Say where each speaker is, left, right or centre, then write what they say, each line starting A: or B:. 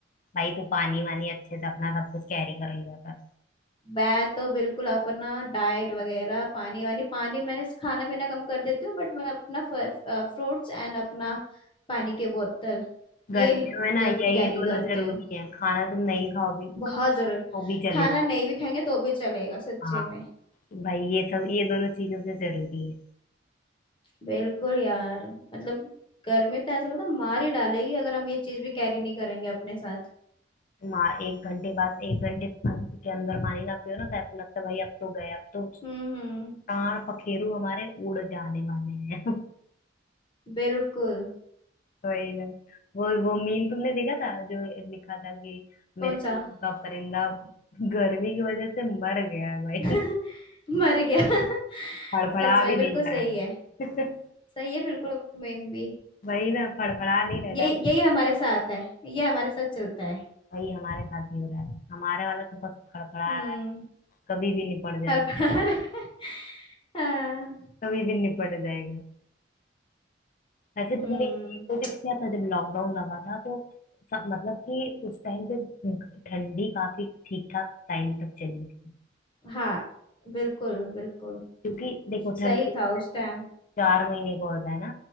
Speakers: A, on the left; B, on the left.
A: भाई तू पानी वानी अच्छे से अपना सब कुछ कैरी कर लिया कर
B: मैं तो बिल्कुल अपना डाइट वगैरह पानी वानी पानी मैंने खाना पीना कम कर देती हूँ बट मैं अपना फ्रूट्स एंड अपना पानी की बोतल
A: गर्मियों
B: ये ल-
A: में ना
B: जरूर
A: यही
B: कैरी
A: दोनों
B: करती
A: जरूरी
B: हूँ
A: है खाना तुम नहीं खाओगे खाओगे
B: बहुत
A: तो
B: जरूर
A: भी चलेगा
B: खाना नहीं भी खाएंगे तो भी चलेगा सच्चे
A: हाँ
B: में
A: भाई ये सब ये दोनों चीजों से जरूरी है
B: बिल्कुल यार मतलब गर्मी तो ऐसा लगता है मार ही डालेगी अगर हम ये चीज भी कैरी नहीं करेंगे अपने साथ
A: तुम आ- एक घंटे बाद एक घंटे अंत के अंदर पानी ना पियो ना तो ऐसा लगता है भाई अब तो गए अब तो
B: हम्म हम्म
A: प्राण पखेरु हमारे उड़ जाने वाले हैं <laughs>
B: बिल्कुल
A: वही ना वो वो मीम तुमने देखा था जो लिखा था कि
B: कौन
A: मेरे
B: सा
A: दूध का परिंदा गर्मी की वजह से मर गया है भाई
B: <laughs> मर गया <laughs>
A: फड़फड़ा
B: सच में
A: भी
B: बिल्कुल
A: नहीं रहा
B: सही
A: है
B: है
A: <laughs>
B: सही है बिल्कुल मेम भी
A: वही ना फड़फड़ा नहीं रह रहा
B: यही
A: है
B: यही हमारे साथ है ये हमारे साथ चलता है
A: वही हमारे साथ भी हो रहा है हमारे वाला तो बस फड़फड़ा
B: हम्म
A: रहा है कभी भी निपट जाएगा
B: हर बार <laughs> हाँ,
A: कभी भी निपट जाएगा वैसे
B: हम्म
A: तुमने नोटिस किया था जब लॉकडाउन लगा था तो सब मतलब कि उस टाइम पे ठंडी काफी ठीक ठाक टाइम तक चली थी
B: हाँ बिल्कुल बिल्कुल
A: क्योंकि देखो ठंडी
B: सही था उस टाइम
A: चार महीने को होता है ना